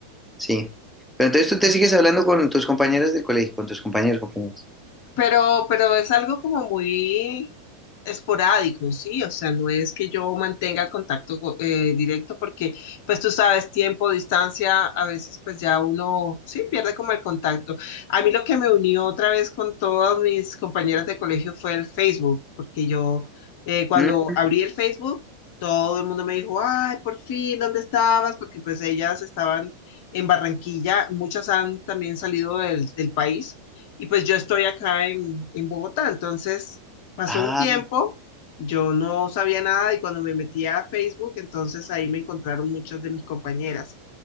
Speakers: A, in the centre; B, on the left.
A: Sí. Pero entonces
B: eso
A: tú te
B: es.
A: sigues hablando con tus compañeras del colegio, con tus compañeros, compañeras.
B: Pero, pero es algo como muy esporádico, ¿sí? O sea, no es que yo mantenga el contacto co- eh, directo porque, pues tú sabes, tiempo, distancia, a veces pues ya uno, sí, pierde como el contacto. A mí lo que me unió otra vez con todas mis compañeras de colegio fue el Facebook, porque yo eh, cuando
A: ¿Mm?
B: abrí el Facebook, todo el mundo me dijo, ay, por fin, ¿dónde estabas? Porque pues ellas estaban en Barranquilla, muchas han también salido del del país. Y pues yo estoy acá en, en Bogotá, entonces pasó
A: Ah,
B: un tiempo, yo no sabía nada y cuando me metí a Facebook, entonces ahí me encontraron muchas de mis compañeras.